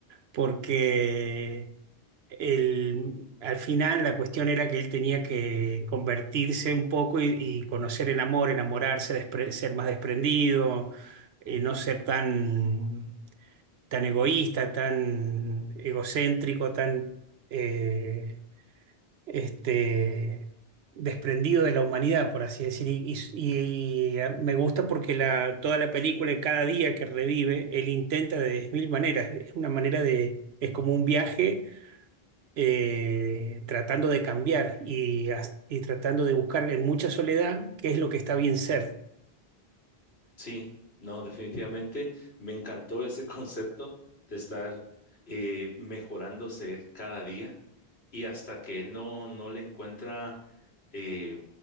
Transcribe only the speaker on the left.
Sí, no, definitivamente me encantó ese concepto de estar eh, mejorándose él cada día y hasta que él no, no le encuentra eh,